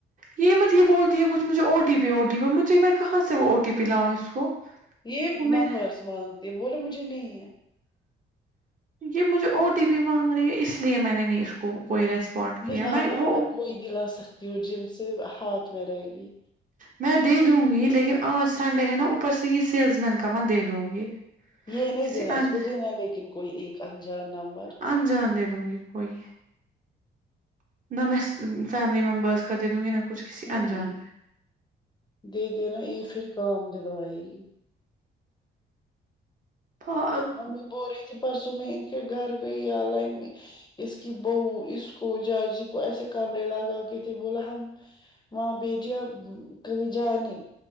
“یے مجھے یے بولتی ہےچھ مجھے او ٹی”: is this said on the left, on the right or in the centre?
Right